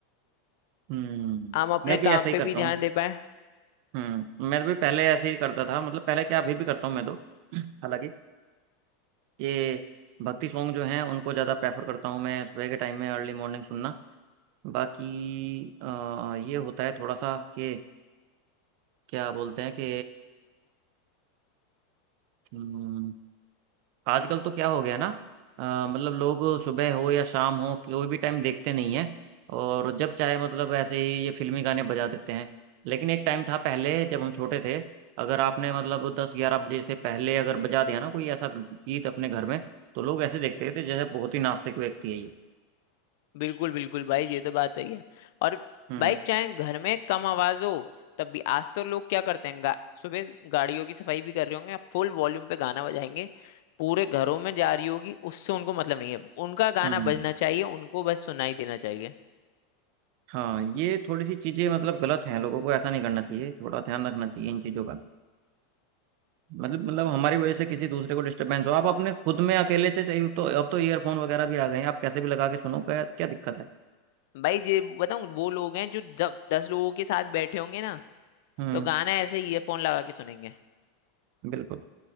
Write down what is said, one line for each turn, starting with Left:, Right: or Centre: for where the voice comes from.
Right: हम्म
Left: हम अपने
Right: मैं भी
Left: काम
Right: ऐसा ही
Left: पे
Right: करता
Left: भी ध्यान
Right: हूँ
Left: दे पाए
Right: हम्म मैं भी पहले ऐसे ही करता था मतलब पहले क्या अभी भी करता हूँ मैं तो <clears throat> हालांकि ये भक्ति सॉन्ग जो हैं उनको ज़्यादा प्रेफर करता हूँ मैं सुबह के टाइम में अर्ली मॉर्निंग सुनना बाकी अ, ये होता है थोड़ा सा कि क्या बोलते हैं कि हम्म, आजकल तो क्या हो गया ना अ, मतलब लोग सुबह हो या शाम हो कोई भी टाइम देखते नहीं है और जब चाहे मतलब ऐसे ही ये फिल्मी गाने बजा देते हैं लेकिन एक टाइम था पहले जब हम छोटे थे अगर आपने मतलब दस ग्यारह बजे से पहले अगर बजा दिया ना कोई ऐसा गीत अपने घर में तो लोग ऐसे देखते थे जैसे बहुत ही नास्तिक व्यक्ति है ये
Left: बिल्कुल बिल्कुल भाई ये तो बात सही है और
Right: हम्म
Left: भाई चाहे घर में कम आवाज हो तब भी आज तो लोग क्या करते हैं गा, सुबह गाड़ियों की सफाई भी कर रहे होंगे फुल वॉल्यूम पे गाना बजाएंगे पूरे घरों में जा रही होगी उससे उनको मतलब नहीं है उनका गाना
Right: हम्म
Left: बजना चाहिए उनको बस सुनाई देना चाहिए
Right: हाँ ये थोड़ी सी चीज़ें मतलब गलत हैं लोगों को ऐसा नहीं करना चाहिए थोड़ा ध्यान रखना चाहिए इन चीज़ों का मतलब मतलब हमारी वजह से किसी दूसरे को डिस्टरबेंस हो आप अपने खुद में अकेले से चाहिए तो अब तो ईयरफोन वगैरह भी आ गए हैं आप कैसे भी लगा के सुनो क्या क्या दिक्कत है
Left: भाई ये बताऊं वो लोग हैं जो जब दस लोगों के साथ बैठे होंगे ना
Right: हम्म
Left: तो गाना ऐसे ईयरफोन लगा के सुनेंगे
Right: बिल्कुल